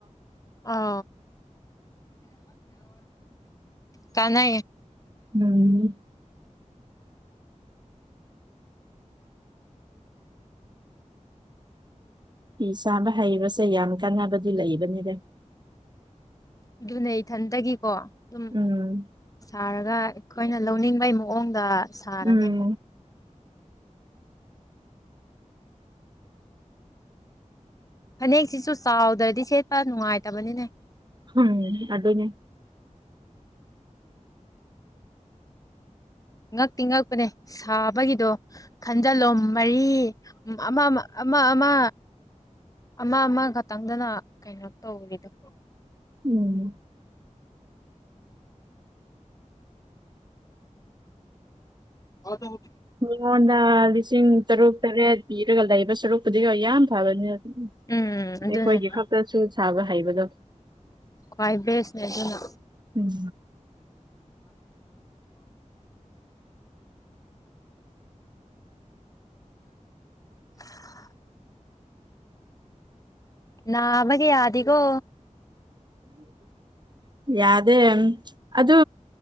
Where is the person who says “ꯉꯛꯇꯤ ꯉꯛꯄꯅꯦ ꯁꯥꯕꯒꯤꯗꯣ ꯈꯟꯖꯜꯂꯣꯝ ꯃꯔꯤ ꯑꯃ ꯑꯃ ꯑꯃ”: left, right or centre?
Left